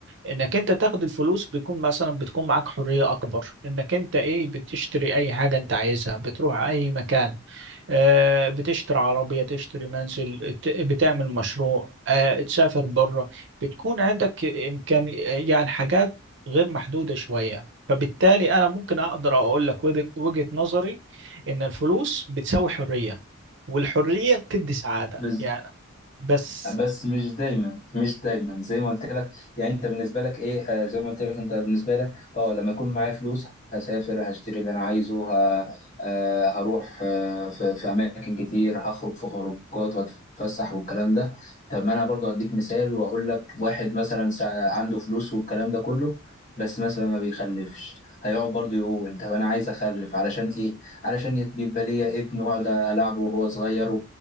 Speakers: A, on the right; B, on the left.
A: إنك أنت تاخد الفلوس بيكون مثلا بتكون معاك حرية أكبر إنك أنت إيه بتشتري أي حاجة أنت عايزها بتروح أي مكان آه، بتشتري عربية تشتري منزل ت- بتعمل مشروع آه، تسافر بره بتكون عندك إمكان يعني حاجات غير محدودة شوية فبالتالي أنا ممكن أقدر أقول لك وجه- وجهة نظري إن الفلوس بتساوي حرية والحرية بتدي سعادة
B: بس
A: يعني بس
B: بس مش دايما مش دايما زي ما قلت لك يعني انت بالنسبه لك ايه آه زي ما قلت لك انت بالنسبه لك اه لما يكون معايا فلوس هسافر هشتري اللي انا عايزه ه... آه هروح آه في... في اماكن كتير هخرج في خروجات واتفسح والكلام ده طب ما انا برضو اديك مثال واقول لك واحد مثلا سا... عنده فلوس والكلام ده كله بس مثلا ما بيخلفش هيقعد برضه يقول طب انا عايز اخلف علشان ايه علشان يبقى ليا ابن واقعد العبه وهو صغير